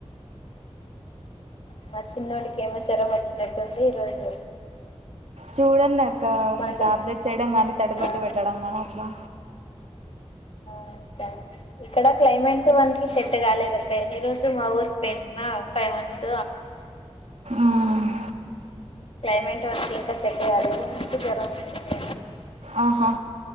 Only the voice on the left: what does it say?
మా చిన్నోడికి ఏమో జ్వరం వచ్చినట్టుంది ఈ రోజు
మందులు
ఆ
ఆ థాంక్స్ ఇక్కడ క్లైమేట్ వాణికి సెట్ కాలేదు అక్క ఈ రోజు మా ఊరి పోయిం మా ఫైవ్ మంత్స్
క్లైమేట్ వాణికి ఇంకా సెట్ కాలేదు వాణికి జ్వరం వచ్చింది